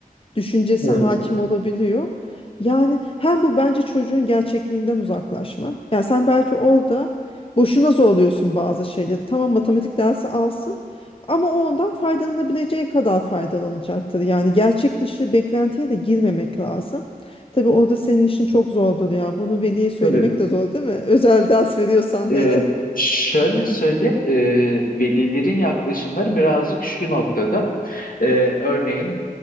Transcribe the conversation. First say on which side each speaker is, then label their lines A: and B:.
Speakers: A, on the left; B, on the left.
A: düşüncesi
B: Evet.
A: hakim olabiliyor. Yani hem bu bence çocuğun gerçekliğinden uzaklaşma. Yani sen belki orada boşuna zorluyorsun bazı şeyleri. Tamam matematik dersi alsın ama o ondan faydalanabileceği kadar faydalanacaktır. Yani gerçek dışı beklentiye de girmemek lazım. Tabii orada senin işin çok zordur ya. Bunu veliye söylemek
B: Tabii.
A: de zor değil mi? <laughs> Özel ders veriyorsan
B: Ee,
A: hele.
B: şöyle söyleyeyim, e, velilerin yaklaşımları birazcık şu noktada. Ee, örneğin